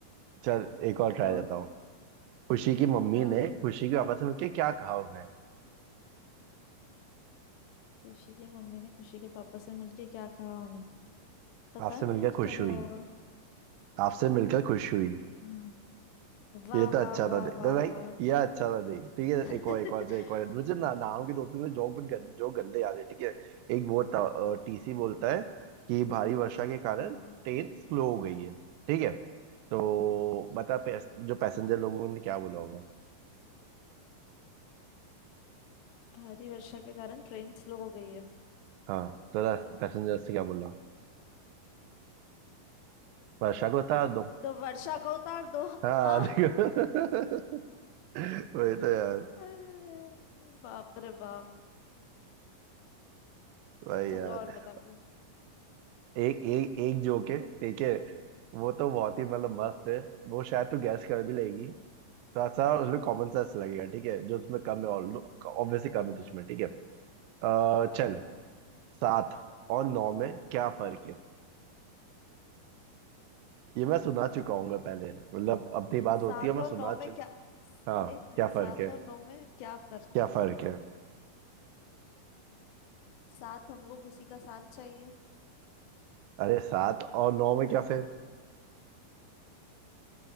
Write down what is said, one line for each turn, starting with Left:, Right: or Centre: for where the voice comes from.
Right: चल एक और ट्राई
Left: तो
Right: देता हूँ खुशी की मम्मी
Left: हाँ
Right: ने खुशी के पापा से मिलके क्या कहा उन्हें
Left: खुशी की मम्मी ने खुशी के पापा से मिलके क्या कहा उन्हें पता
Right: आपसे
Left: नहीं
Right: मिलकर
Left: यार
Right: खुश
Left: क्या कहा
Right: हुई
Left: होगा
Right: आपसे मिलकर खुश हुई
Left: हाँ वाह
Right: ये तो अच्छा
Left: वाह वाह
Right: था देख
Left: वाह
Right: तो भाई
Left: वाह
Right: ये अच्छा था देख ठीक है
Left: <laughs>
Right: एक और एक और जो एक और मुझे ना नाम के दो तीन मुझे जोक गन, जो गंदे याद है ठीक है एक वो था टीसी बोलता है कि भारी वर्षा के कारण
Left: हम्म,
Right: ट्रेन स्लो हो गई है ठीक है तो बता पैस, जो पैसेंजर लोगों ने क्या बोला होगा
Left: भारी वर्षा के कारण ट्रेन स्लो हो गई है
Right: हाँ तो पैसेंजर से क्या बोला वर्षा को उतार दो
Left: तो वर्षा को उतार दो <laughs>
Right: हाँ
Left: हाँ
Right: देखो <laughs> वही तो यार
Left: अरे, बाप रे बाप
Right: भाई यार
Left: चलो और बता कुछ
Right: एक एक एक जोक है ठीक है वो तो बहुत ही मतलब मस्त है वो शायद तो गैस कर भी लेगी थोड़ा सा उसमें कॉमन
Left: हम्म,
Right: सेंस लगेगा ठीक है जो उसमें कम है ऑल ऑब्वियसली कम है तुझमें ठीक है अ, चल सात और नौ में क्या फर्क है ये मैं सुना चुका हूँ पहले मतलब अपनी बात होती
Left: सात
Right: है मैं
Left: और
Right: सुना
Left: नौ
Right: चुका
Left: में क्या
Right: हाँ
Left: एक मिनट
Right: क्या फर्क
Left: सात
Right: है
Left: और नौ में क्या फर्क
Right: क्या
Left: है
Right: फर्क है
Left: सात हमको किसी का साथ चाहिए
Right: अरे सात और नौ में क्या फिर